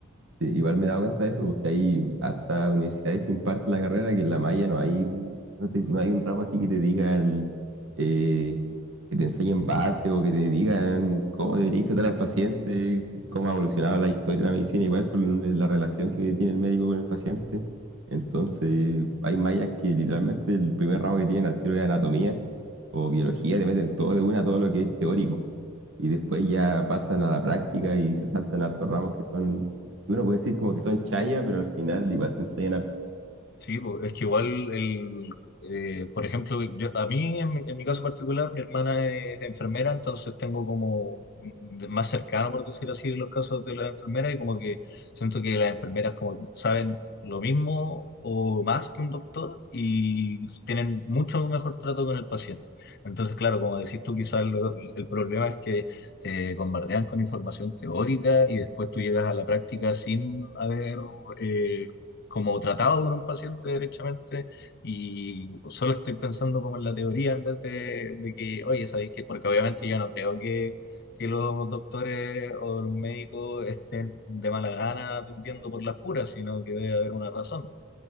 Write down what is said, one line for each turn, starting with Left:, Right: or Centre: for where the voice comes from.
Right: Sí, Igual me he dado cuenta de eso, porque hay hasta universidades que imparten la carrera, que en la malla no hay un, no te- no hay un ramo así que te digan, eh, que te enseñen base o que te digan cómo deberías tratar al paciente, cómo ha evolucionado la historia de la medicina, igual con la relación que tiene el médico con el paciente. Entonces, hay mallas que literalmente el primer ramo que tienen al tiro es anatomía o biología, te meten todo de una, todo lo que es teórico. Y después ya pasan a la práctica y se saltan hartos ramos que son, uno puede decir como que son chaya, pero al final igual te enseñan harto.
Left: Sí, po, es que igual, el, eh, por ejemplo, yo- a mí, en, mi en mi caso particular, mi hermana es enfermera, entonces tengo como de- más cercano, por decir así, los casos de las enfermeras y como que siento que las enfermeras como que saben lo mismo o más que un doctor y tienen mucho mejor trato con el paciente. Entonces, claro, como decís tú, quizás lo- el problema es que te bombardean con información teórica y después tú llegas a la práctica sin haber... eh, como tratado con un paciente derechamente y solo estoy pensando como en la teoría en vez de, de que, oye, ¿sabéis qué? Porque obviamente yo no creo que, que los doctores o los médicos estén de mala gana atendiendo por las puras, sino que debe haber una razón.